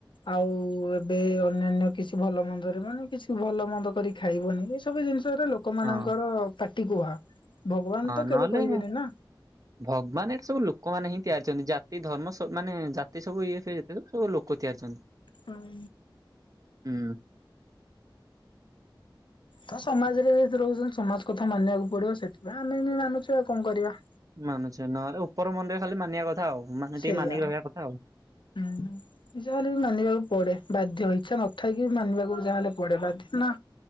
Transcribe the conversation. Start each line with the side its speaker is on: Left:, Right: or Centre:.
Left: ଆଉ ଏବେ ଅନ୍ୟାନ୍ୟ କିଛି ଭଲ ମନ୍ଦରେ ମାନେ କିଛି ଭଲ ମନ୍ଦ କରି ଖାଇବନି ଏ ସବୁ ଜିନିଷ ଲୋକମାନଙ୍କର
Right: ହଁ
Left: ପା ଟି କୁହା। ଭଗବାନ
Right: ହଁ
Left: ତ
Right: ନହେଲେ
Left: କେବେ କହିବେନି ନା
Right: ଭଗବାନ ଏଠି ସବୁ ଲୋକମାନେ ହିଁ ତିଆରିଛନ୍ତି ଜା ତି ଧର୍ମ ସେମାନେ ଜାତି ସବୁ ଇଏ ଫିଏ ଯେତେ ସବୁ ସବୁ ଲୋକ ତିଆରିଛନ୍ତି।
Left: ହଁ।
Right: ହୁଁ
Left: ତ ସମାଜରେ ଯେହେତୁ ରହୁଛନ୍ତି ସମାଜ କଥା ମାନିବାକୁ ପଡିବ ସେଥିପାଇଁ ଆମେ ବି ମାନୁଛୁ ଆଉ କଣ କରିବା।
Right: ମାନୁଛେ ନହେଲେ ଉପର ମନରେ ଖାଲି ମାନିଆ କଥା। ଆଉ ମାନେ
Left: ସେଇଆା
Right: ଟିକେ ମାନିକି ରହିବା କଥା ଆଉ।
Left: ହୁଁ ଯାହେଲେ ବି ମାନିବାକୁ ପଡେ। ବାଧ୍ୟ ଇଚ୍ଛା ନଥାଇକି ମାନିବାକୁ ଯାହାହେଲେ ପଡେ ବାଧ୍ୟ ନା।